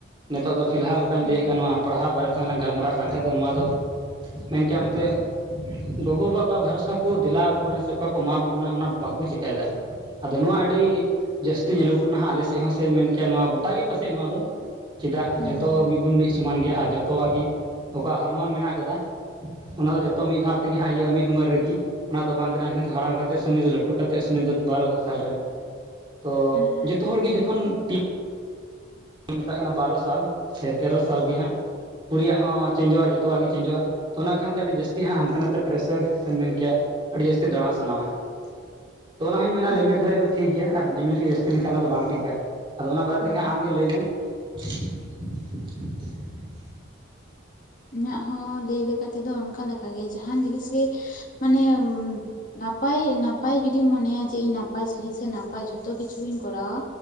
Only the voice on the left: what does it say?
ᱦᱩᱸ
ᱦᱩᱸ
ᱦᱩᱸ
ᱦᱩᱸ ᱦᱩᱸ
ᱦᱩᱸ
ᱤᱧᱟᱹᱜ ᱦᱚᱸ ᱞᱟᱹᱭ ᱞᱮᱠᱟ ᱛᱮᱫᱚ ᱚᱱᱠᱟ ᱞᱮᱠᱟᱜᱮ ᱡᱟᱦᱟᱱ ᱡᱤᱱᱤᱥ ᱜᱮ ᱢᱟᱱᱮ ᱱᱟᱯᱟᱭ ᱱᱟᱯᱟᱭ ᱡᱩᱫᱤᱢ ᱢᱚᱱᱮᱭᱟ ᱡᱮ ᱤᱧ ᱱᱟᱯᱟᱭ ᱥᱟᱹᱦᱤ ᱥᱮ ᱱᱟᱯᱟᱭ ᱡᱚ ᱛᱚ ᱠᱤᱪᱷᱩᱧ ᱠᱚᱨᱟᱣᱟ